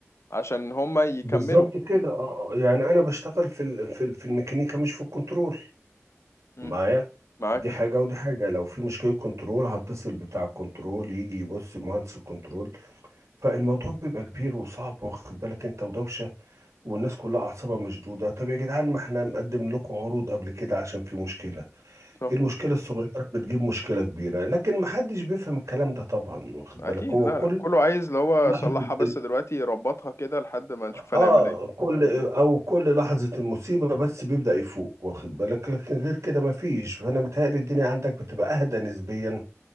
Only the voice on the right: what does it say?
بالظبط كده اه آه. يعني انا بشتغل في ال- في ال- في الميكانيكا مش في الكنترول
معايا
دي حاجه ودي حاجه لو في مشكله كنترول هتصل بتاع الكنترول يجي يبص مهندس الكنترول فالموضوع بيبقى كبير وصعب واخد بالك انت ودوشه والناس كلها اعصابها مشدوده طب يا جدعان ما احنا مقدم لكم عروض قبل كده عشان في مشكله
المشكله الصغيره بتجيب مشكله كبيره لكن ما حدش بيفهم الكلام ده طبعا واخد
بالك هو
كل
لحظه
اه
كل او كل لحظة المصيبة بس بيبدأ يفوق واخد بالك لكن غير كده مفيش فانا متهيألي الدنيا عندك بتبقى اهدى نسبيا